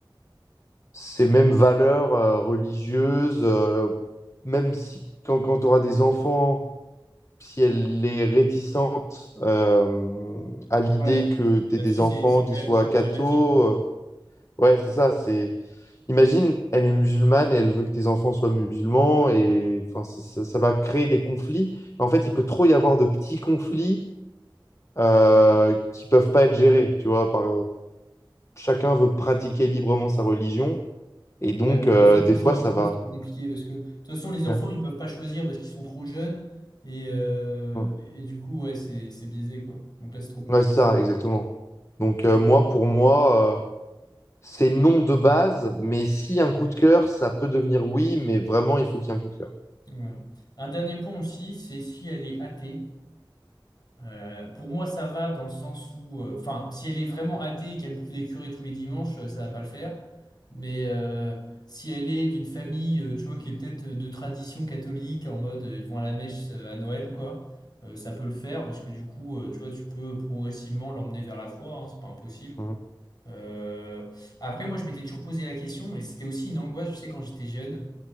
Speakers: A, on the left (about 35°); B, on the left (about 55°).
A: ces mêmes valeurs euh, religieuses, euh, même si quand, quand tu auras des enfants si elle est réticente euh, à l'idée
B: Ouais.
A: que tu
B: Là-dessus,
A: des
B: c'est,
A: enfants
B: c'est quand
A: qui
B: même
A: soient
B: très
A: cathos,
B: problématique. hein.
A: euh, ouais, c'est ça, c'est... Imagine, elle est musulmane et elle veut que tes enfants soient musulmans et enfin, ça, ça- ça va créer des conflits. En fait, il peut trop y avoir de petits conflits euh,
B: Ouais,
A: qui peuvent pas être gérés, tu vois, par, chacun veut pratiquer librement sa religion et donc,
B: Ouais, mais
A: euh,
B: quand ça touche
A: des fois,
B: aux enfants,
A: ça va...
B: c'est trop compliqué parce que, de toute façon, les
A: Ouais,
B: enfants, ils peuvent pas choisir parce qu'ils sont trop jeunes. Et, euh,
A: ouais,
B: et du coup, ouais, c'est, c'est biaisé, quoi. Donc là, c'est trop compliqué.
A: Ouais, c'est ça, exactement. Donc,
B: Et-
A: euh, moi, pour moi... euh, C'est non de base, mais si un coup de cœur, ça peut devenir oui, mais vraiment, il faut qu'il y ait un coup de cœur.
B: ouais. Un dernier point aussi, c'est si elle est athée. Euh, pour moi, ça va dans le sens où, euh, enfin, si elle est vraiment athée et qu'elle bouffe des curés tous les dimanches, euh, ça va pas le faire. Mais euh, si elle est d'une famille, euh, tu vois, qui est peut-être euh, de tradition catholique, en mode euh, ils vont à la mèche euh, à Noël, quoi, euh, ça peut le faire parce que du coup, euh, tu vois, tu peux progressivement l'emmener vers la foi, hein, c'est pas impossible.
A: Mhm.
B: Euh, Après, moi, je m'étais toujours posé la question et c'était aussi une angoisse, je sais, quand j'étais jeune.